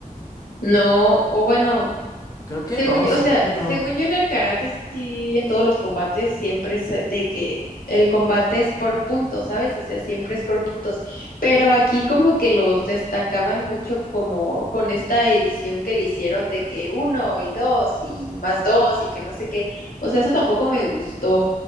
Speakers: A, on the left; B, on the left.
A: No, o bueno,
B: creo que
A: según
B: no,
A: yo,
B: según
A: o sea,
B: yo
A: según
B: no.
A: yo en el karate, sí, en todos los combates siempre es eh, de que el combate es por puntos, ¿sabes? O sea, siempre es por puntos. Pero aquí como que los destacaban mucho como con esta edición que le hicieron de que uno y dos y más dos y que no sé qué. O sea, eso tampoco me gustó,